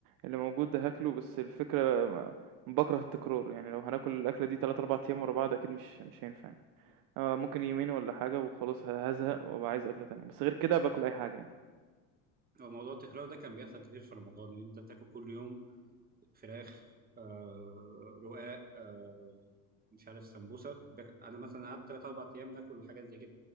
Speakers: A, on the right (about 55°); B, on the right (about 20°).
A: اللي موجود ده هاكله، بس الفكرة ما باكره التكرار، يعني لو هناكل الأكلة دي 3، 4 أيام ورا بعض أكيد مش مش هينفع يعني. آه ممكن يومين والّا حاجة وخلاص ه هازهق وأبقى عايز أكلة تانية، بس غير كده باكل أي حاجة يعني.
B: هو موضوع التكرار ده كان بيحصل كتير في رمضان ان انت تاكل كل يوم فراخ آه رقاق آه مش عارف سمبوسه ب- انا مثلا قعدت ثلاث اربع ايام ناكل حاجات زي كده